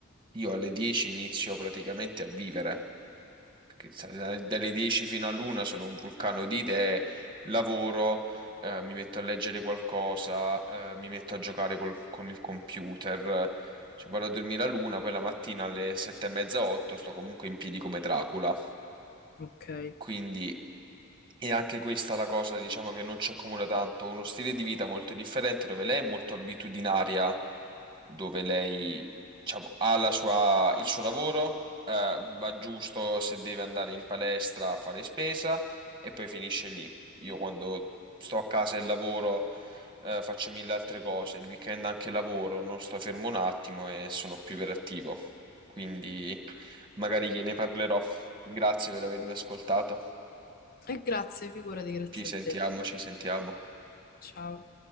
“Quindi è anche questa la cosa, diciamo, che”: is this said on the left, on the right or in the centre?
Right